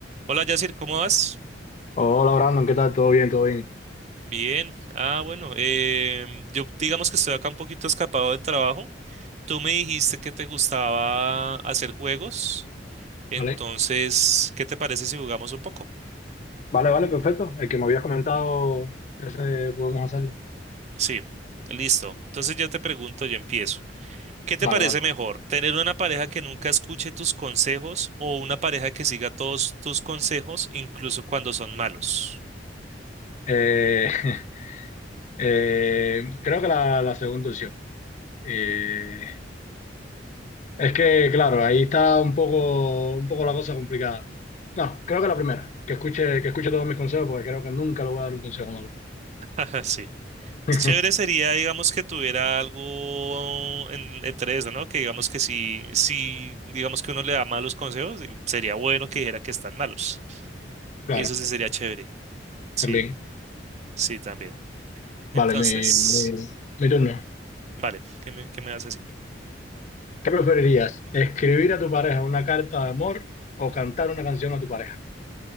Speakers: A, on the right; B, on the left.
A: Hola, Yacir, ¿cómo vas?
B: Hola Brandon, ¿qué tal? ¿Todo bien? ¿Todo bien?
A: Bien. Ah, bueno, em, yo digamos que estoy acá un poquito escapado del trabajo. Tú me dijiste que te gustaba hacer juegos, entonces,
B: ¿Vale?
A: ¿qué te parece si jugamos un poco?
B: Vale, vale, perfecto. El que me habías comentado, ese podemos hacerlo.
A: Sí, listo. Entonces yo te pregunto, yo empiezo. ¿Qué te
B: Vale,
A: parece
B: vale.
A: mejor, tener una pareja que nunca escuche tus consejos o una pareja que siga todos tus consejos, incluso cuando son malos?
B: Eh, <laughs> eh, creo que la, la segunda opción. Eh, es que, claro, ahí está un poco, un poco la cosa complicada. No, creo que la primera, que escuche, que escuche todos mis consejos, porque creo que nunca le voy a dar un consejo malo.
A: <laughs> Ajá, Sí.
B: <laughs>
A: Chévere sería, digamos, que tuviera algo en- entre eso, ¿no? Que digamos que si, si, digamos que uno le da malos consejos, y sería bueno que dijera que están malos.
B: Claro,
A: Eso sí sería chévere. Sí,
B: también.
A: sí, también. Entonces,
B: Vale, mi, mi- mi turno.
A: vale, ¿qué me, qué me vas a decir?
B: ¿Qué preferirías? ¿Escribir a tu pareja una carta de amor o cantar una canción a tu pareja?